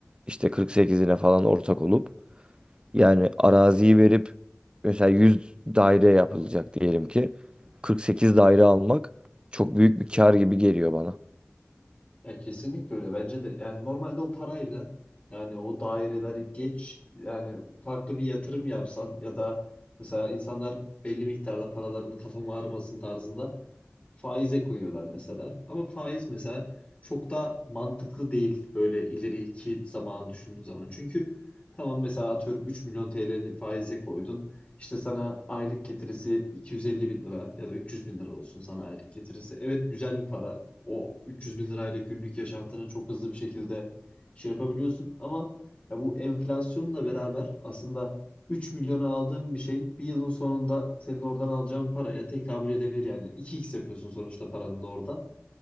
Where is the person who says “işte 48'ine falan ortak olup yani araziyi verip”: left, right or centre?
Right